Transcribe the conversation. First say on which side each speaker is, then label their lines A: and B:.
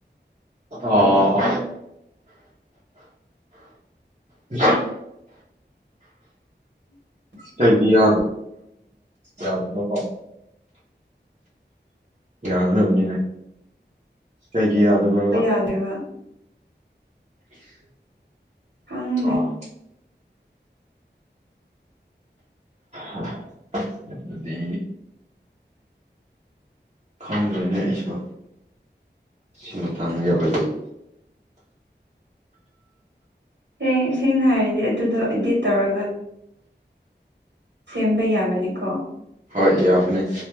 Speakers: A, on the right; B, on the right.
A: ꯑꯣ ꯎ
B: <unintelligible>
A: ꯀꯒꯤ ꯌꯥꯗ ꯌꯥꯗꯕꯀꯣ ꯌꯥꯒꯗꯕꯅꯤꯅ ꯀꯩꯒꯤ ꯌꯥꯗꯕ꯭ꯔꯕ
B: ꯇꯗꯕ ꯈꯪꯗꯦ
A: ꯑꯣ ꯎꯝ ꯑꯗꯨꯗꯤ ꯈꯪꯗ꯭ꯔꯦꯅꯦ ꯑꯩꯁꯨ ꯁꯤ ꯃꯇꯥꯡ ꯌꯧꯔꯖꯩ
B: ꯍꯦꯡ ꯁꯦꯡꯅ ꯍꯥꯏꯔꯗꯤ ꯑꯗꯨꯗꯣ ꯏꯗꯤꯠ ꯇꯧꯔꯒ ꯁꯦꯝꯕ ꯌꯥꯕꯅꯤꯀꯣ
A: ꯍꯣꯏ ꯌꯥꯕꯅꯦ